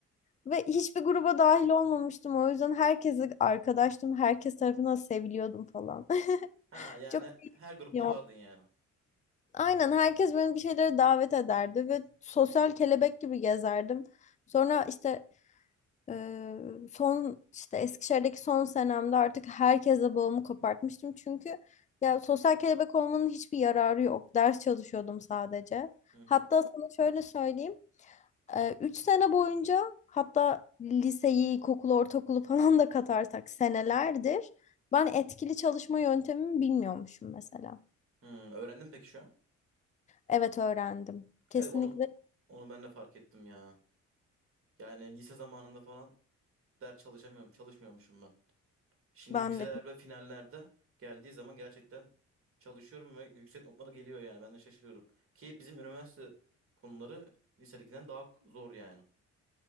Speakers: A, on the left; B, on the right.
A: Ve hiçbir gruba dahil olmamıştım. O yüzden herkese arkadaştım. Herkes tarafından seviliyordum falan. <laughs>
B: Ha yani
A: Çok
B: her grupta
A: iyi oldu.
B: vardın yani.
A: Aynen herkes beni bir şeylere davet ederdi ve sosyal kelebek gibi gezerdim. Sonra işte Ee, son işte Eskişehir'deki son senemde artık herkese bağımı kopartmıştım. Çünkü ya sosyal kelebek olmanın hiçbir yararı yok. Ders çalışıyordum sadece.
B: Hı hı.
A: Hatta sana şöyle söyleyeyim. Ee, 3 sene boyunca hatta liseyi, ilkokulu, ortaokulu falan da katarsak senelerdir ben etkili çalışma yöntemimi bilmiyormuşum mesela.
B: Hı, öğrendin peki şu an?
A: Evet öğrendim. Kesinlikle
B: Evet onu onu ben de fark ettim ya. Yani lise zamanında falan ders çalışamıyorum, çalışmıyormuşum ben. Şimdi
A: ben
B: vizeler
A: de
B: ve finallerde geldiği zaman gerçekten çalışıyorum ve yüksek notlara geliyor yani. Ben de şaşırıyorum. Ki bizim üniversite konuları lisedekinden daha zor yani.